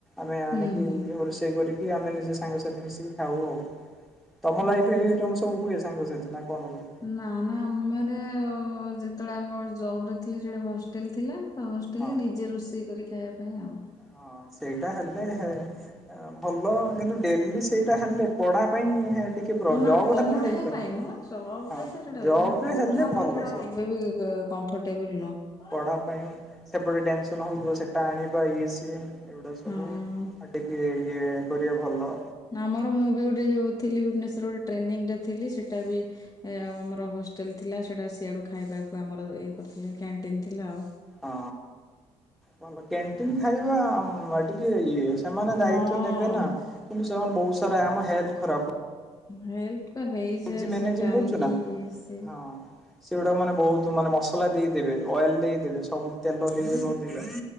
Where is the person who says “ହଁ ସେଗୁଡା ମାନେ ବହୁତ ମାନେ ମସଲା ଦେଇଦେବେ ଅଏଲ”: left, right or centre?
Centre